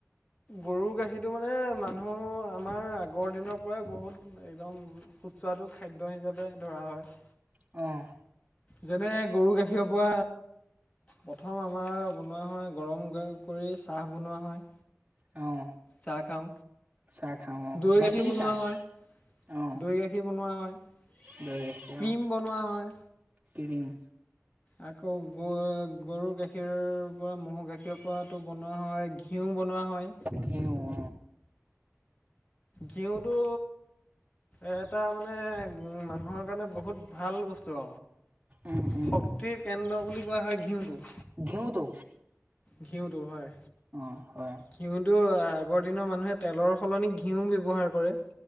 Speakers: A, on the left (about 25°); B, on the right (about 20°).
A: গৰুৰ গাখীৰটো মানে মানুহ আমাৰ আগৰ দিনৰ পৰাই বহুত একদম সুস্বাদু খাদ্য হিচাপে ধৰা হয়।
B: <inaudible>
A: যেনে গৰু গাখীৰক বা প্ৰথম আমাৰ বনোৱা হয়। গৰম কৰি চাহ বনোৱা হয়।
B: অ'।
A: চাহ খাওঁ
B: চাহ খাওঁ অ
A: দৈ গাখীৰ বনোৱা
B: চাহ
A: হয়।
B: অ
A: দৈ গাখীৰ বনোৱা হয়।
B: দৈ গাখীৰ
A: ক্ৰীম
B: অ
A: বনোৱা হয়।
B: ক্ৰীম।
A: আকৌ গ-গৰু গাখীৰৰ পৰা ম'হৰ গাখীৰ পৰাতো বনোৱা হয় ঘী ঘিউ বনোৱা হয়।
B: ঘিউ অ'।
A: ঘিউটো এটা মানে মানুহৰ কাৰণে বহুত ভাল বস্তু।
B: উম উম
A: শক্তিৰ কেন্দ্ৰ বুলি কোৱা হয় ঘিঁউটো।
B: ঘিউটো।
A: ঘিউটো হয়।
B: অ, হয়।
A: ঘিউটো আগৰ দিনৰ মানুহে তেলৰ সলনি ঘিউ ব্যৱহাৰ কৰে।